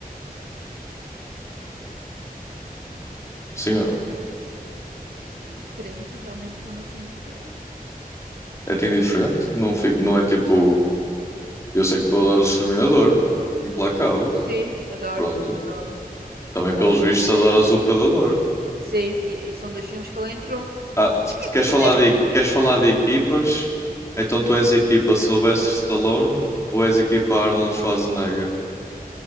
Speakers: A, on the left; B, on the right.
A: Sim ou não?
B: Indiferente, realmente foi-me assim indiferente.
A: É-te indiferente? Não, fico, não é tipo, eu sei que tu adoras o Exterminador, implacável.
B: Sim, adoro,
A: Pronto.
B: adoro.
A: Também, pelos
B: I will
A: vistos,
B: be back.
A: adoras o Predador.
B: Sim, e, e são dois filmes que ele entrou.
A: Ah,
B: Mas
A: se-
B: o que é
A: queres
B: que tu
A: falar
B: quiseres
A: de,
B: com a... ca-
A: queres
B: que-
A: falar de equipas? Então tu és equipa Sylvester Stallone ou és equipa Arnold Schwarzenegger?